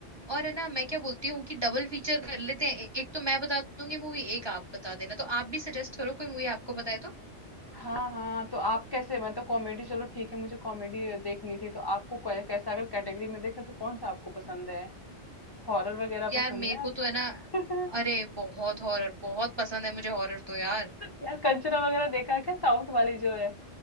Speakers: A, on the right; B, on the left.
A: और है ना मैं क्या बोलती हूँ कि डबल फीचर कर लेते हैं ए- एक तो मैं बता दूंगी मूवी एक आप बता देना तो आप भी सजेस्ट करो कोई मूवी आपको बताए तो
B: हाँ हाँ तो आप कैसे मैं तो कॉमेडी चलो ठीक है मुझे कॉमेडी देखनी थी तो आपको कै- कैसा अगर कैटेगरी में देखें तो कौन सा आपको पसंद है हॉरर वगैरह
A: यार
B: पसंद
A: मेरे
B: है
A: को
B: आपको
A: तो है ना
B: <laughs>
A: अरे बहुत हॉरर बहुत पसंद है मुझे हॉरर तो यार
B: यार कंचना वगैरह देखा क्या साउथ वाली जो है